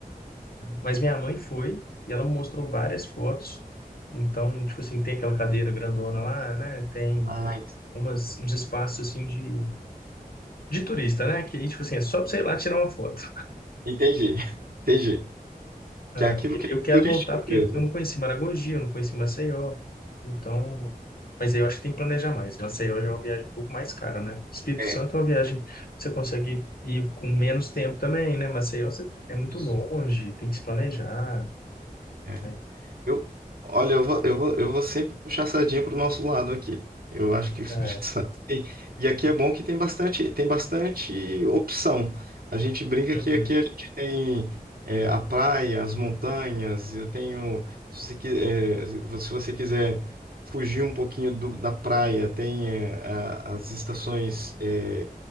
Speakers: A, on the left; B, on the right.
A: Mas minha mãe foi e ela me mostrou várias fotos. Então, tipo assim, tem aquela cadeira grandona lá, né? Tem
B: Ah,
A: umas, uns espaços assim de, de turista, né? Que, tipo assim, é só pra você ir lá tirar uma foto.
B: entendi, <laughs> entendi.
A: É,
B: Que é aquilo
A: e
B: que
A: aí eu
B: é
A: quero
B: turístico
A: voltar porque
B: mesmo.
A: eu não conheci Maragogi, eu não conheci Maceió. Então, mas aí eu acho que tem que planejar mais. Maceió já é uma viagem um pouco mais cara, né? Espírito
B: É,
A: Santo é uma viagem que você consegue ir com menos tempo também, né? Maceió você- é muito
B: isso.
A: longe, tem que se planejar.
B: é.
A: Aí,
B: Eu, olha, eu vou, eu vou, eu vou sempre puxar a sardinha pro nosso lado aqui. Eu acho que o Espírito
A: é,
B: <laughs> Santo tem. E aqui é bom que tem bastante, tem bastante opção. A gente brinca
A: uhum,
B: que aqui a gente tem é, a praia, as montanhas. Eu tenho, se você, qui- é, se você quiser fugir um pouquinho do- da praia, tem é, a- as estações, é,